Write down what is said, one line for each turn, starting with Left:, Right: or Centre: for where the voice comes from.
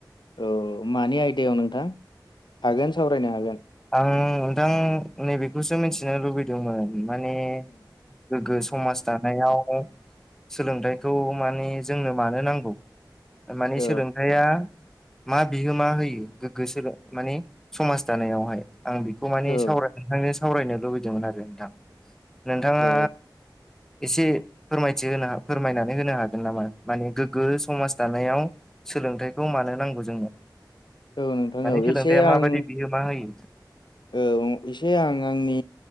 Left: औ मानि आयदायाव नोंथां हागोन सावरायनो हागोन।
Centre: आं नोंथां नैबेखौसो मिथिनो लुबै। दोंमोन माने गोग्गो समाज दानायाव। सोलोंथाइखौ माने जोंनो मानो नांगौ मानि
Left: औ
Centre: सोलोंथाइया। मा बिहोमा होयो गोग्गो सोलों माने समाज दानायावहाय आं बेखौ माने
Left: औ
Centre: सावराय नोंथांजों सावरायनो लुबैदोंमोन आरो नोंथां। नोंथाङा
Left: औ
Centre: एसे फोरमायथि होनो फोरमायनानै होनो हागोन नामा माने गोग्गो समाज दानायाव सोलोंथाइखौ मानो नांगौ जोंनो
Left: औ नोंथां
Centre: माने
Left: औ
Centre: सोलोंथाइया
Left: एसे आं
Centre: माबायदि बिहोम मा होयो।
Left: औ एसे आं आंनि